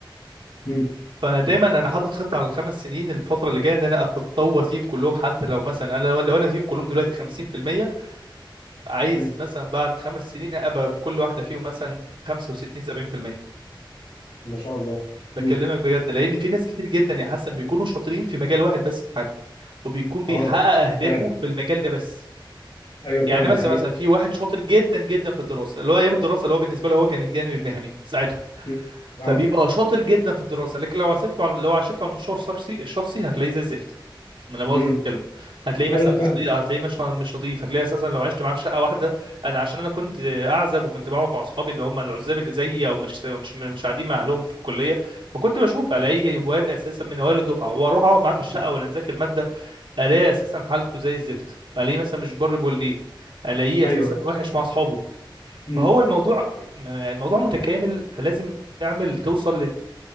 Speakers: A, on the left; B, on the right.
A: امم
B: فانا دايما انا حاطط خطه على الخمس سنين الفتره اللي جايه ان انا اتطور فيهم كلهم حتى لو مثلا انا لو انا فيهم كلهم دلوقتي 50% عايز
A: امم
B: مثلا بعد خمس سنين ابقى في كل واحده فيهم مثلا 65 70%
A: ما شاء الله
B: بكلمك
A: امم
B: بجد لان في ناس كتير جدا يا حسن بيكونوا شاطرين في مجال واحد بس في حياتهم وبيكون بيحقق
A: اه
B: اهدافه
A: فعلا
B: في المجال ده بس
A: ايوه فعلا
B: يعني مثلا
A: ده حقيقه
B: مثلا في واحد شاطر جدا جدا في الدراسه اللي هو ايام الدراسه اللي هو بالنسبه له هو كان الجانب المهني ساعتها
A: مم. اه
B: فبيبقى شاطر جدا في الدراسه لكن لو عصفته على لو عشرته على المشروع الشخصي الشخصي هتلاقيه زي الزفت لا مؤاخذه
A: امم
B: في الكلمه هتلاقيه
A: لا
B: مثلا
A: لا فاهم
B: مش نضيف هتلاقيه مش مش نضيف هتلاقيه اساسا لو عشت معاه في شقه واحده انا عشان انا كنت اعزب وكنت بقعد مع اصحابي اللي هم العزاب اللي زيي او مش مش مش قاعدين مع اهلهم في الكليه فكنت بشوف الاقي واد اساسا من اوائل الدفعه واروح اقعد معاه في الشقه ولا نذاكر ماده الاقي اساسا حالته زي الزفت الاقيه مثلا مش بر بولديه الاقيه اساسا
A: ايوه ايوه
B: وحش مع اصحابه فهو
A: امم
B: الموضوع الموضوع متكامل فلازم تعمل توصل